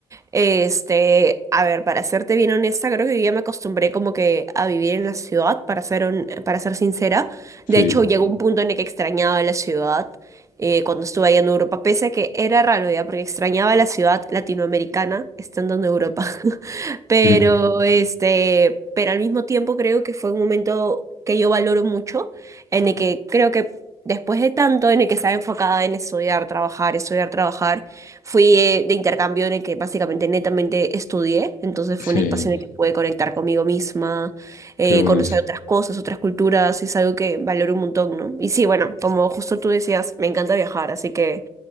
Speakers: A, on the right (about 20°); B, on the left (about 60°).
A: Este, a ver, para serte bien honesta, creo que yo ya me acostumbré como que a vivir en la ciudad, para ser, hon- para ser sincera.
B: Sí,
A: De hecho, llegó un punto en el que extrañaba la ciudad eh, cuando estuve ahí en Europa, pese a que era raro ya, porque extrañaba la ciudad latinoamericana estando en Europa. <laughs> Pero,
B: sí,
A: este, pero al mismo tiempo creo que fue un momento que yo valoro mucho, en el que creo que después de tanto, en el que estaba enfocada en estudiar, trabajar, estudiar, trabajar, Fui eh, de intercambio en el que básicamente netamente estudié, entonces
B: sí,
A: fue un espacio en el que pude conectar conmigo misma, eh,
B: qué buenísimo.
A: conocer otras cosas, otras culturas, es algo que valoro un montón, ¿no? Y sí, bueno, como justo tú decías, me encanta viajar, así que